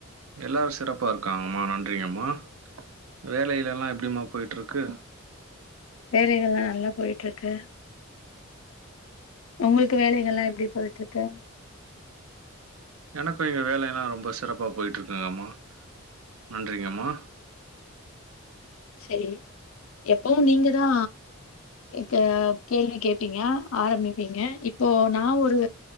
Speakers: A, on the right; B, on the left.
A: எல்லாரு சிறப்பா இருக்காங்கம்மா நன்றிங்கம்மா வேலையிலெல்லா எப்டிமா போய்ட்ருக்கு
B: வேலைகள்ல்லா நல்லா போய்ட்ருக்கு உங்களுக்கு வேலைகள்ல்லா எப்டி போய்ட்ருக்கு
A: எனக்கு இங்க வேலயெல்லா ரொம்ப சிறப்பா போய்ட்ருக்குங்கம்மா நன்றிங்கம்மா
B: செரி எப்பவு நீங்க தா க்க கேள்வி கேப்பீங்க ஆரம்பிப்பீங்க இப்போ நா ஒரு